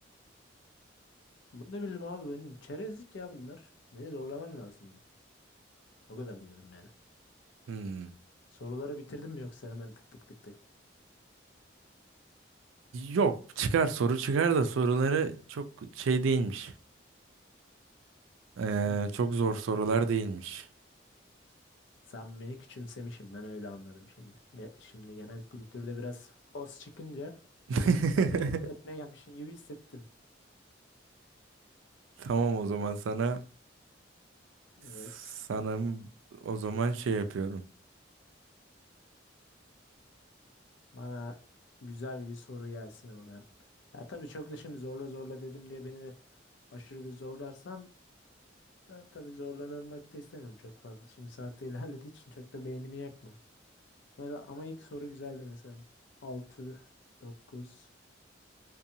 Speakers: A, on the left (about 70°); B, on the right (about 85°).
A: Bunu da bildim abi benim çerezlik ya bunlar. Beni zorlaman lazım. O kadar diyorum yani.
B: Hmm.
A: Soruları bitirdim mi yoksa hemen tık tık tık tık.
B: Yok, çıkar soru çıkar da soruları çok şey değilmiş. Ee,
A: Hmm.
B: çok zor sorular değilmiş.
A: Sen beni küçümsemişim ben öyle anladım şimdi. Ge- şimdi genel kültürde biraz os çıkınca
B: <laughs>
A: Sen beni mutlu etmeye
B: <laughs>
A: gelmişsin gibi hissettim.
B: Tamam o zaman sana
A: Evet.
B: sana o zaman şey yapıyorum.
A: Bana güzel bir soru gelsin oradan. Ya tabii çok da şimdi zorla zorla dedim diye beni de aşırı bir zorlarsan da tabii zorlanmak da istemiyorum çok fazla. Şimdi saatte <laughs> ilerlediği için çok da beynimi yakma. Ama, ama ilk soru güzeldi mesela. 6, 9,